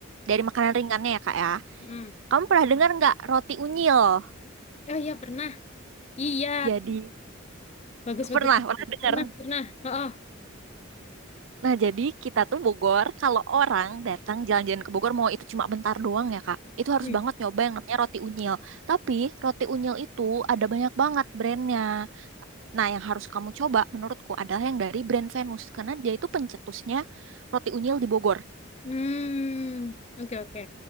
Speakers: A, on the right; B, on the left.
A: dari makanan ringannya ya, Kak ya.
B: mm-mm.
A: Kamu pernah dengar nggak roti unyil?
B: Oh iya pernah. Iya
A: Jadi
B: bagus-bagus.
A: pernah, pernah dengar.
B: Pernah pernah. Oh, oh.
A: Nah, jadi kita tuh Bogor, kalau orang datang jalan-jalan ke Bogor, mau itu cuma bentar doang ya, Kak. Itu harus
B: Hmm.
A: banget nyoba yang namanya roti unyil. Tapi roti unyil itu ada banyak banget brandnya. Nah, yang harus kamu coba menurutku adalah yang dari brand Venus. Karena dia itu pencetusnya roti unyil di Bogor.
B: Hmm. Oke oke.